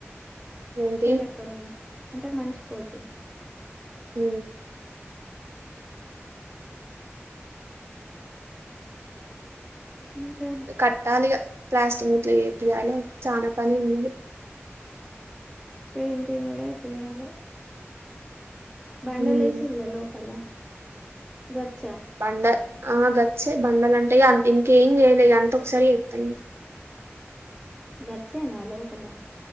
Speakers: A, on the right (about 65°); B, in the centre.
A: ఏంటి
B: చెరోక్కరుమ్ అంటే మనిషి కోటి
A: మ్
B: ఇంకే
A: కట్టాలిగా ప్లాస్టింగ్ గిట్ల చేపియ్యాలే చానా పని ఉంది
B: పెయింటింగూడ ఏపియాలే బండలేషిల్ల
A: ఉమ్
B: లోపల గచ్చ
A: బండ ఆ గచ్చే బండాలంటే ఇగ అ ఇంకేం చేయలే అంత ఒకసారి చెత్త
B: గచ్చేనా లోపలా